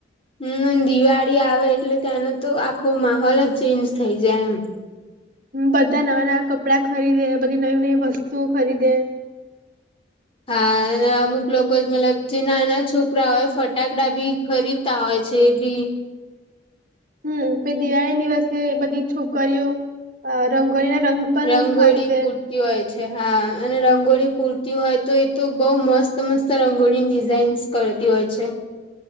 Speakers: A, on the left; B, on the right.
A: હમ દિવાળી આવે એટલે ત્યાંનો તો આખો માહોલ જ ચેન્જ થઇ જાય એમ.
B: બધા નવા નવા કપડા ખરીદે બધી નવી નવી વસ્તુઓ ખરીદે.
A: હા અને અમુક લોકો જ મતલબ જે નાના છોકરા હોય ફટાકડા બી ખરીદ તા હોય છે એ બી.
B: હમ પ દિવાળી દિવસે બધી છોકરીઓ રંગોળી ના રંગ પણ
A: રંગોળી
B: ખરીદે
A: કરતી હોય છે હા અને રંગોળી પૂરતી હોય તો એ તો બઉ મસ્ત મસ્ત રંગોળીની ડિઝાઇન્સ કરતી હોય છે.